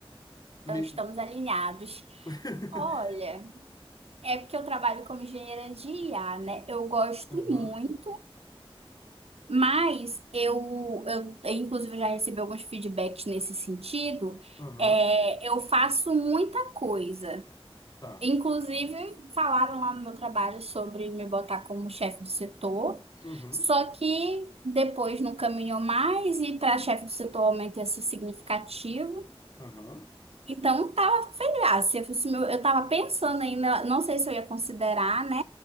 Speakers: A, on the right; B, on the left.
A: Então,
B: me...
A: estamos alinhados.
B: <laughs>
A: Olha, é porque eu trabalho como engenheira de IA, né? Eu gosto
B: Aham,
A: muito. Mas eu, eu, eu, inclusive, eu já recebi alguns feedbacks nesse sentido.
B: aham,
A: É, eu faço muita coisa.
B: tá.
A: Inclusive, falaram lá no meu trabalho sobre me botar como chefe do setor.
B: Uhum,
A: Só que depois não caminhou mais e para chefe do setor o aumento ia ser significativo.
B: aham,
A: Então, tava sem graça. Eu, fosse meu- eu tava pensando ainda, não sei se eu ia considerar, né?